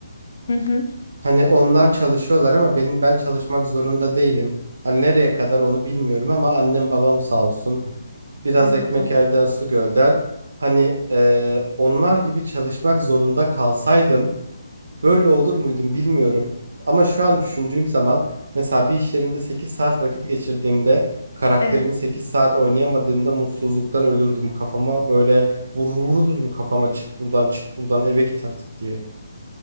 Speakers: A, on the left (about 60°); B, on the right (about 70°).
A: Hı hı,
B: Hani onlar çalışıyorlar ama benim ben çalışmak zorunda değilim. Hani nereye kadar onu bilmiyorum ama annem babam sağ olsun. Biraz
A: anladım.
B: ekmek elden su gölden. Hani eee, onlar gibi çalışmak zorunda kalsaydım böyle olur muydum bilmiyorum. Ama şu an düşündüğüm zaman mesela bir iş yerinde 8 saat vakit geçirdiğimde karakterimi
A: Evet,
B: 8 saat oynayamadığımda mutsuzluktan ölürdüm. Kafama böyle vururdum kafama çık buradan çık buradan eve git artık diye.